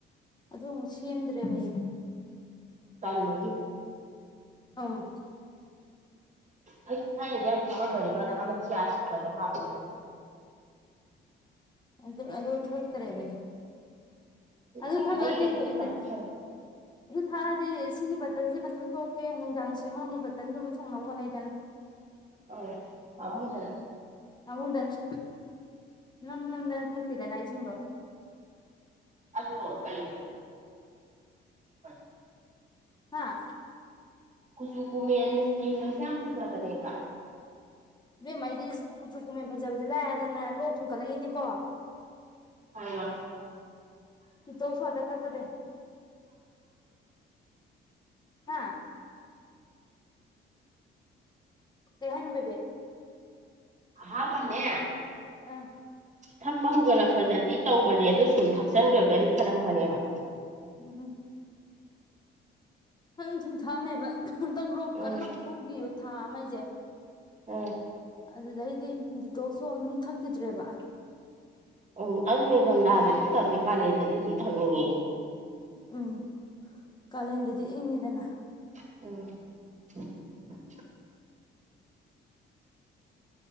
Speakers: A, on the left; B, on the right.
A: ꯑꯗꯨ ꯑꯃꯨꯛ ꯁꯦꯝꯗ꯭ꯔꯦꯕ ꯑꯩꯗꯣ꯫
B: ꯇꯟꯕꯒꯤ꯫
A: ꯑꯝ꯫
B: ꯑꯩ ꯊꯥꯏꯅꯗꯤ ꯌꯥꯝ ꯊꯛꯑꯝꯕꯅꯤ ꯃꯥꯔꯛ ꯑꯃ ꯒꯌꯥꯁ ꯀꯩꯅꯣ ꯍꯥꯞꯄꯤꯗꯅ꯫
A: ꯑꯗꯨ ꯑꯗꯨ ꯊꯛꯇꯔꯦꯕ ꯑꯩꯖꯦ꯫
B: ꯏꯁꯤꯡ
A: ꯑꯗꯨ ꯊꯛꯂꯗꯤ
B: ꯊꯥꯏꯔꯤꯉꯩꯗꯤ
A: ꯑꯗꯨ
B: ꯐꯗꯤ ꯐꯔꯦ
A: ꯊꯛꯑꯗꯤ ꯍꯥꯏꯗꯤ ꯁꯤꯒꯤ ꯕꯇꯟꯁꯤꯃ ꯊꯪꯛꯇꯣꯛꯀꯦ ꯅꯨꯡꯗꯥꯡ ꯁꯦꯝꯃꯝꯕ ꯕꯇꯟꯗꯨꯃ ꯊꯛꯅꯕ ꯍꯣꯠꯅꯩꯗꯅ꯫
B: ꯑꯧ ꯄꯥꯃꯨꯗꯅ꯫
A: <unintelligible> ꯅꯝ ꯅꯝꯗꯅ ꯊꯛꯇꯦꯗꯅ ꯏꯁꯤꯡꯗꯣ꯫
B: ꯑꯗꯣ ꯀꯩꯅꯣ <unintelligible>
A: ꯍꯥꯥ꯫
B: ꯀꯨꯆꯨ ꯀꯣꯃꯦ ꯏꯁꯀꯤꯟꯒꯁꯦ ꯌꯥꯝ ꯐꯖꯕꯅꯦꯕ꯫
A: ꯏꯕꯦꯝꯃ ꯑꯩꯗꯤ ꯀꯨꯆꯨ ꯀꯨꯝꯃꯩ ꯐꯖꯕꯖꯦ ꯂꯥꯏꯔꯗꯅ ꯂꯣꯛ ꯊꯨꯡꯀꯠꯂꯛꯏꯅꯤꯀꯣ꯫
B: ꯑꯌꯥ
A: ꯗꯤꯇꯣꯛꯁ ꯋꯥꯇꯔ ꯊꯛꯄꯅꯦ꯫ ꯍꯥꯥ꯫ ꯀꯩꯍꯥꯏꯅꯣ ꯕꯦꯕꯦ꯫
B: ꯑꯍꯥꯝꯕꯅꯦ
A: ꯑꯥ
B: ꯊꯛꯄ ꯍꯧꯒꯠꯂꯛꯄꯗꯗꯤ ꯇꯧꯕꯅꯦ ꯑꯗꯨ ꯁꯨꯝ ꯊꯛꯆꯟꯒ꯭ꯔꯒꯗꯤ ꯐꯔꯛꯄꯅꯦꯕ꯫
A: <unintelligible> ꯍꯩ ꯍꯩ ꯊꯨꯝ ꯊꯥꯛꯑꯃꯦꯕ ꯍꯟꯇꯛ ꯔꯣꯛ
B: ꯎꯝ
A: ꯀꯟꯅ ꯈꯨꯒꯤꯕ ꯊꯥ ꯑꯃ ꯑꯩꯖꯦ꯫
B: ꯎꯝ
A: ꯑꯗꯨꯗꯩꯗꯤ ꯗꯤꯇꯣꯛꯁꯨ ꯑꯗꯨꯝ ꯊꯛꯈꯤꯗ꯭ꯔꯦꯕ꯫
B: ꯎꯝ ꯑꯗꯨ ꯅꯤꯡꯗꯝ ꯇꯜꯂꯦ ꯀꯥꯂꯦꯟꯗꯗꯤ ꯑꯗꯨꯝ ꯊꯛꯅꯤꯡꯉꯦ꯫
A: ꯎꯝ ꯀꯥꯂꯦꯟꯗꯗꯤ ꯏꯪꯉꯤꯗꯅ꯫
B: ꯑꯣ <unintelligible>